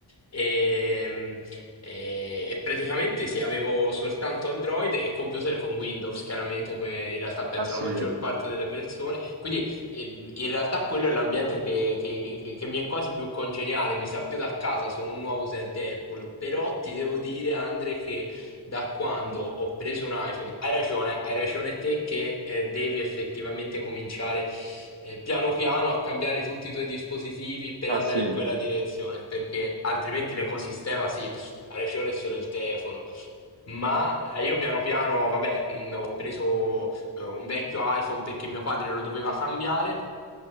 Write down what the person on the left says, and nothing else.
e, e- e praticamente sì, avevo soltanto Android e computer con Windows, chiaramente come in realtà penso
la maggior parte delle persone. Quindi ehm, in realtà quello è l'ambiente che, che- che- che mi è quasi più congeniale, mi sa più da casa, sono un nuovo utente Apple, però ti devo dire, Andre, che da quando ho preso un iPhone. Hai ragione, hai ragione te che eh, devi effettivamente cominciare eh, piano piano a cambiare tutti i tuoi dispositivi per
andare
in quella direzione, perché altrimenti l'ecosistema sì, ha ragione è solo il telefono. Ma eh, io piano piano, vabbè, mh, ho preso eh, un vecchio iPhone perché mio padre lo doveva cambiare